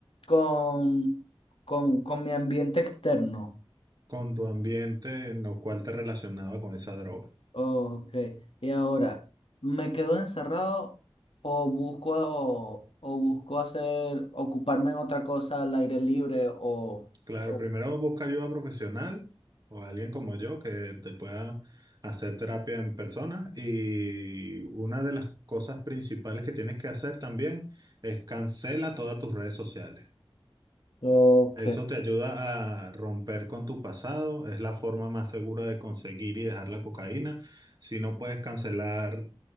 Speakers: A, on the left (about 75°); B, on the right (about 45°).
A: con, con, con mi ambiente externo.
B: con tu ambiente en lo cual te relacionaba con esa droga.
A: ok, y ahora, ¿me quedo encerrado o busco, o, o busco hacer, ocuparme en otra cosa al aire libre o,
B: Claro,
A: o-
B: primero busca ayuda profesional o alguien como yo que te pueda hacer terapia en persona. Y una de las cosas principales que tienes que hacer también es cancela todas tus redes sociales.
A: Ok,
B: Eso te ayuda a romper con tu pasado, es la forma más segura de conseguir y dejar la cocaína. Si no puedes cancelar,